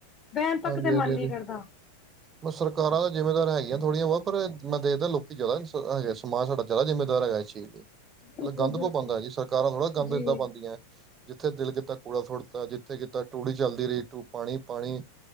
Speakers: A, on the left; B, on the right.
A: ਬਹਿਣ ਤੱਕ
B: ਹਾਂਜੀ
A: ਤੇ
B: ਹਾਂਜੀ
A: ਮਨ
B: ਹਾਂਜੀ
A: ਨੀ ਕਰਦਾ
B: ਮ ਸਰਕਾਰਾਂ ਤਾਂ ਜਿਮੇਦਾਰ ਹੈਗੀਆਂ। ਥੋੜ੍ਹੀਆਂ ਵਹੁ ਪਰ ਮੈਂ ਦੇਖਦਾ ਲੋਕੀ ਜਿਆਦਾ ਹੈਗਾ ਸਮਜ ਸਾਡਾ ਜ਼ਿਆਦਾ ਜਿੰਮੇਦਾਰ ਹੈਗਾ, ਇਸ ਚੀਜ਼ ਲਈ।
A: ਬਿਲਕੁਲ
B: ਮਤਲਬ ਗੰਦ
A: ਬਿਲਕੁਲ
B: ਬੋ ਪਾਉਂਦਾ ਜੀ ਸਰਕਾਰਾਂ ਥੋੜ੍ਹਾ ਗੰਦ
A: ਜੀ
B: ਇਦਾਂ ਪਾਉਂਦੀਆਂ ਹੈ। ਜਿੱਥੇ ਦਿਲ ਕਿ ਕੀਤਾ ਕੂੜਾ ਸੁਟਤਾ ਜਿੱਥੇ ਕਿ ਕੀਤਾ ਟੂੜੀ ਚੱਲਦੀ ਰਹੀ ਟੂ ਪਾਣੀ ਪਾਣੀ